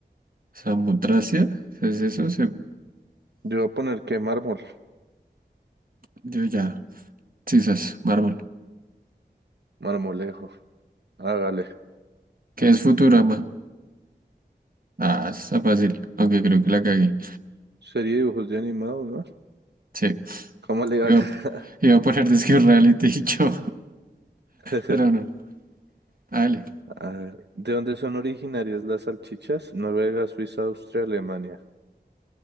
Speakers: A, on the right; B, on the right.
A: Samotracia. ¿Es eso? Se-
B: Yo voy a poner que mármol,
A: Yo ya. Sisas, mármol.
B: marmolejo. Hágale.
A: ¿Qué es Futurama? Ah, está fácil. Aunque creo que la cagué.
B: Sería dibujos de animados, ¿no?
A: Sí.
B: ¿Cómo le va
A: Iba
B: a ganar?
A: a, iba a poner Disque Reality <laughs> yo.
B: <laughs>
A: Pero no. Hágale.
B: A ver, ¿de dónde son originarias las salchichas? Noruega, Suiza, Austria, Alemania.